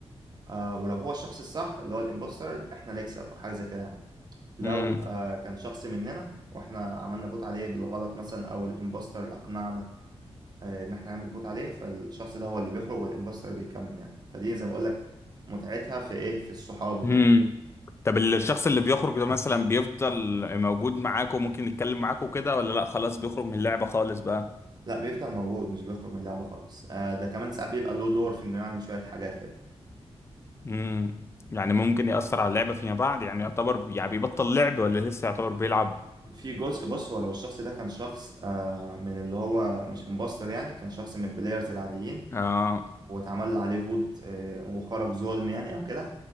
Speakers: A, on the right; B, on the left.
A: آه، ولو هو الشخص الصح اللي هو الإمبوستر إحنا نكسب أو حاجة زي كده يعني. لو
B: امم
A: آه، كان شخص مننا وإحنا عملنا فوت عليه بالغلط مثلا أو الإمبوستر أقنعنا آه، ان احنا نعمل فوت عليه فالشخص ده هو اللي بيخرج والامبوستر بيكمل يعني فدي زي ما اقول لك متعتها في ايه في الصحاب وكده
B: امم طب الشخص اللي بيخرج ده مثلا بيفضل موجود معاك وممكن يتكلم معاك وكده ولا لا خلاص بيخرج من اللعبة خالص بقى
A: لا بيفضل موجود مش بيخرج من اللعبه خالص آه، ده كمان ساعات بيبقى له دور في انه يعمل شويه حاجات كده
B: امم يعني ممكن يأثر على اللعبة فيما بعد يعني يعتبر يعني بيبطل لعب ولا لسه يعتبر بيلعب
A: في جزء بص هو لو الشخص ده كان شخص آه، من اللي هو مش امبوستر يعني كان شخص من البلايرز العاديين
B: اه
A: واتعمل عليه فوت آه، وخرج ظلم يعني او كده